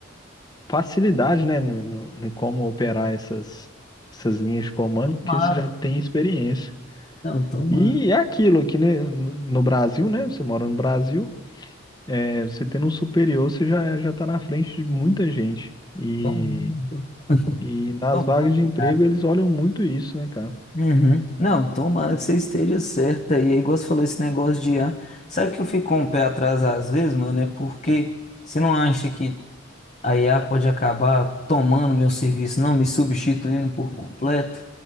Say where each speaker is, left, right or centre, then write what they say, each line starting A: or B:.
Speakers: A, on the left; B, on the left.
A: facilidade, né, no, no- no como operar essas, essas linhas de comando,
B: Tomara.
A: porque você já tem experiência.
B: Não, tomara.
A: E é aquilo aqui, né, no no Brasil, né? Você mora no Brasil, é, você tendo um superior, você já, já está na frente de muita gente. E,
B: Tomara.
A: e nas
B: Tomara.
A: vagas de emprego, eles olham muito isso, né, cara?
B: Uhum. Não, tomara que você esteja certa. E aí, É igual você falou, esse negócio de IA. Sabe que eu fico com o pé atrás às vezes, mano? É porque você não acha que a IA pode acabar tomando meu serviço, não me substituindo por completo?